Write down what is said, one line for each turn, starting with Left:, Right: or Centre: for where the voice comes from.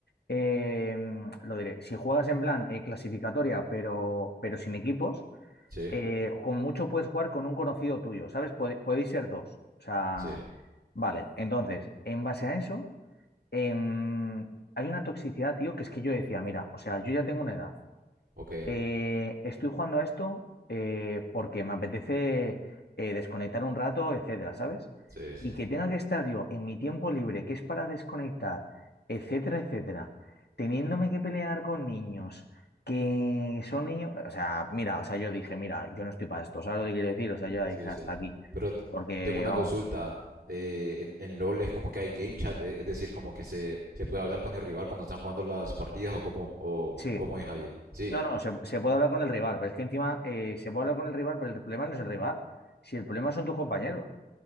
Left: eh, lo diré, si juegas en plan eh, clasificatoria, pero, pero sin equipos,
Right: sí.
Left: eh, como mucho puedes jugar con un conocido tuyo, ¿sabes? Pod- podéis ser dos. O sea,
Right: Sí,
Left: vale. Entonces, en base a eso, em, hay una toxicidad, tío, que es que yo decía, mira, o sea, yo ya tengo una edad.
Right: ok.
Left: Eh, estoy jugando a esto eh, porque me apetece eh, desconectar un rato, etcétera, ¿sabes?
Right: Sí, sí,
Left: Y que tenga que estar yo en mi tiempo libre, que es para desconectar, etcétera, etcétera, teniéndome que pelear con niños que son niños, o sea, mira, o sea, yo dije, mira, yo no estoy para esto, ¿sabes lo que quiero decir? O sea, yo ya dije
Right: sí,
Left: hasta
Right: sí.
Left: aquí,
Right: Pero t-
Left: porque
Right: tengo una
Left: vamos,
Right: consulta. Eh, en, en LOL es como que hay game chat, e- es decir, como que se, se puede hablar con el rival cuando están jugando las partidas o cómo, o
Left: sí,
Right: cómo es ahí. Sí,
Left: no, no, se, se puede hablar con el rival, pero es que encima eh, se puede hablar con el rival, pero el problema no es el rival, si el problema son tus compañeros.